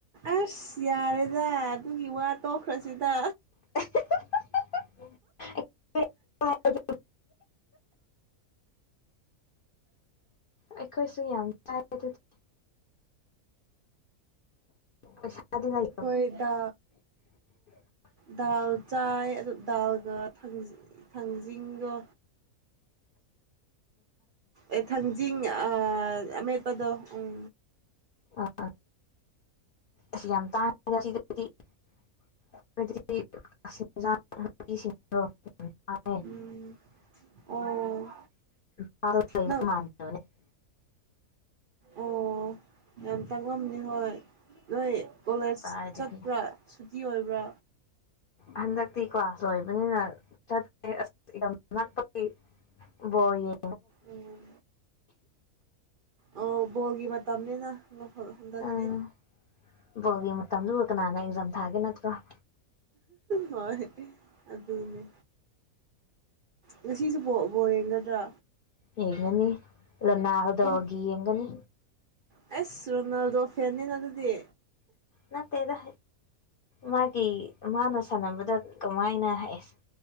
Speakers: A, on the right; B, on the left.
A: ꯑꯁ ꯌꯥꯔꯦꯗ ꯑꯗꯨꯒꯤ ꯋꯥ ꯇꯣꯛꯈ꯭ꯔꯁꯤꯗ
B: <unintelligible> ꯑꯩꯈꯣꯏꯁꯨ ꯌꯥꯝ ꯆꯥꯏ ꯑꯗꯨꯗꯤ ꯄꯩꯁꯥꯗꯤ ꯂꯩ
A: ꯑꯣꯏꯣꯏꯗ
B: <inaudible>
A: ꯗꯥꯜ ꯆꯥꯏ ꯑꯗꯨ ꯗꯥꯜꯒꯥ ꯊꯥꯡꯖꯤꯡꯒ ꯑꯦ ꯊꯥꯡꯖꯤꯡ ꯑꯃꯦꯠꯄꯗꯣ ꯎꯝ
B: ꯑ ꯑ ꯑ ꯌꯥꯝ ꯇꯥꯡꯉꯗꯗꯤ <unintelligible> <unintelligible>
A: ꯎꯝ ꯑꯣ
B: ꯑꯅꯦ
A: ꯅꯪ ꯑꯣ ꯌꯥꯝ ꯇꯥꯉꯝꯅꯤ ꯍꯣꯏ ꯅꯣꯏ ꯀꯣꯂꯦꯖ
B: ꯀꯗꯥꯏꯗꯒꯤ
A: ꯆꯠꯄ꯭ꯔꯥ ꯁꯨꯇꯤ ꯑꯣꯏꯕ꯭ꯔꯥ
B: ꯍꯟꯗꯛꯇꯤ ꯀ꯭ꯂꯥꯁ ꯂꯣꯏꯕꯅꯤꯅ ꯆꯠꯇꯦ ꯑꯁ ꯌꯥꯝ ꯂꯞꯄꯒꯤ ꯋꯦ
A: ꯎꯝ ꯑꯣ ꯕꯣꯜꯒꯤ ꯃꯇꯝꯅꯤꯅ ꯍꯟꯗꯛꯇꯤ
B: ꯎꯝ ꯕꯣꯜꯒꯤ ꯃꯇꯝꯗꯨ ꯀꯅꯥꯅ ꯑꯦꯛꯖꯥꯝ ꯊꯥꯒꯦ ꯅꯠꯇ꯭ꯔꯥ
A: ꯍꯣꯏ ꯑꯗꯨꯅꯦ ꯉꯁꯤꯁꯨ ꯕꯣꯜ ꯌꯦꯡꯒꯗ꯭ꯔꯥ
B: ꯌꯦꯡꯒꯅꯤ ꯂꯣ ꯅꯥꯎꯗꯒꯤ
A: ꯄꯨꯡ
B: ꯌꯦꯡꯒꯅꯤ
A: ꯑꯁ ꯔꯣꯅꯥꯜꯗꯣ ꯐꯦꯅꯤꯅ ꯑꯗꯨꯗꯤ
B: ꯅꯠꯇꯦꯗ ꯃꯥꯒꯤ ꯃꯥꯅ ꯁꯥꯟꯅꯕꯗ ꯀꯃꯥꯏꯅ ꯍꯥꯏꯁ